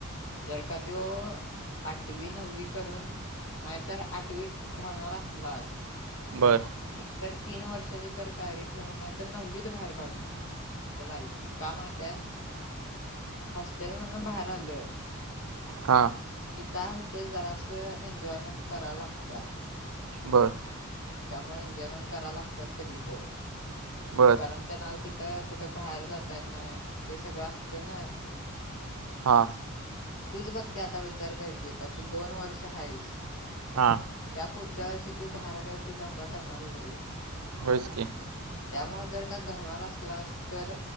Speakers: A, on the left (about 60°); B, on the right (about 80°).
A: जर का त्यो आठवी, नववी करून नाहीतर आठवीत घालणार असलास-
B: बरं... <unintelligible> <unintelligible>
A: एकतर तीन वर्षाची तर तयारी ठेवून आहे तर नववीच बाहेर काढू नकोस सांगई का माहितय हॉस्टेल म्हणून बाहेर आलं
B: हा
A: कि काय होते जरासं एन्जॉयमेंट करावला लागत
B: बर
A: त्यामुळे जेवण कराव लागतच की पोर
B: बर
A: कारण त्यानाला तिथं, कुठं बाहेर जात येतनाही हे सगळं असतेना.
B: हा,
A: तूझ बघकी आता विचार कर की, आता तू दोन वर्ष हायेस.
B: हा,
A: त्या पुढच्यावर्षी, तू बाहेर आल्यावर तू दंगा करणारच रे.
B: होयच की.
A: त्यामुळे जर का घालणार असलास, तर